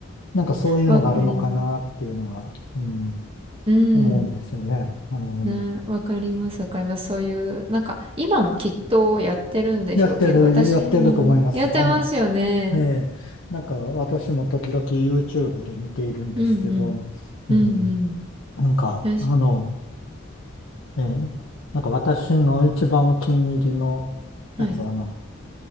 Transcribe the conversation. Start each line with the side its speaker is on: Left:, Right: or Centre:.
Left: なんかそういうのがあるのかなっていうのが、
Right: わかります。
Left: うん、
Right: うん。
Left: 思うんですよね。あの、
Right: ね、わかります、わかります。そういう、なんか、今もきっとやってるんでしょうけど、
Left: やってる、
Right: 私もやってますよね。
Left: やってると思います。あの、ええ、なんか私も時々 YouTube で見ているんですけど、
Right: うんうん。
Left: うん、
Right: うんうん。
Left: なんか、
Right: よし。
Left: あの、ええ、なんか私の一番お気に入りのやつは、
Right: はい。
Left: あの、